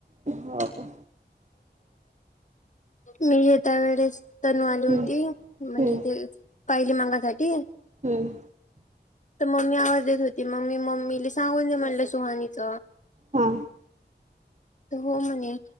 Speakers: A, on the right (about 40°); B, on the left (about 40°).
A: हो.
B: मी त्या वेळेस. तनू आली
A: हम्म
B: होती, म्हणजे
A: हम्म
B: तेचं कायली मागासाठी.
A: हम्म.
B: तर मम्मी आवाज देत होती मग मी मम्मीले सांगून दे म्हणलं सुहानीच
A: हा
B: त हो म्हणली.